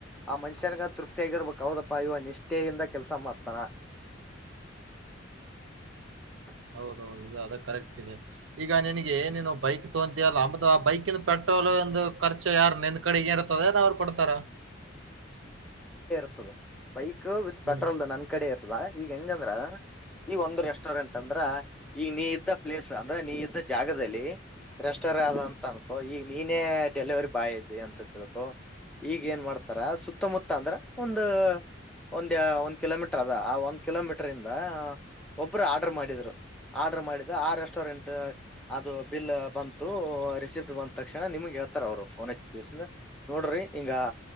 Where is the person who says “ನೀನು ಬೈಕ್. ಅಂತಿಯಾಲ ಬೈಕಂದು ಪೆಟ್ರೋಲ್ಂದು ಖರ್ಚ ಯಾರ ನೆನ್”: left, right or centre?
Right